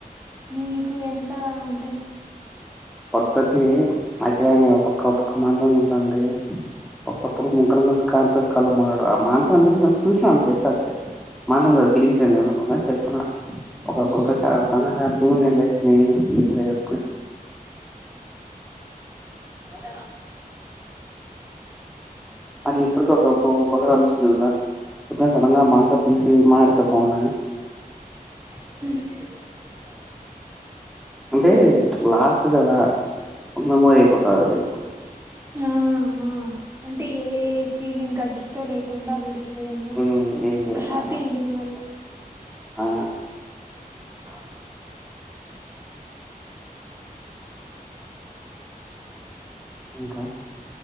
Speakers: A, on the right; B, in the centre.
A: మీకు ఎంత ఉంటాది
B: పద్ధతి అఖిల నే ఒక్క మాంత్రం చూసండి ఒకప్పుడు ముగ్గురంసి కాన్ప క ఆం <unintelligible> చూషస్త <unintelligible> మాత్రం ఫిలి
A: మ్మ్.
B: చెప్తున్నా ఒకప్పుడు
A: మ్మ్.
B: శాంగా హ్యాపీగాం <unintelligible> లే <unintelligible>
A: ఉం
B: మరి ఇప్పటిక ఒక ఒ ఒకొసనిస్తుినవుసా <unintelligible> ఇ <unintelligible> సడంగాగా మానస ప్రిీచీ మా ఎతే పోను
A: <inaudible>
B: అంటే లాస్ట్ కదా మెమోరీ అయిపోతది అది
A: ఆ ఆ అంటే ఏ ఫీలింగ్ గడిచితో లేకుండా వీ డు ఎమో
B: మ్మ్ ఏంది
A: ఒక హ్యాపీ
B: ఆ
A: ఎండింగ్ మాది ఇగ
B: ఆ
A: ఆ <unintelligible>
B: ఇంకా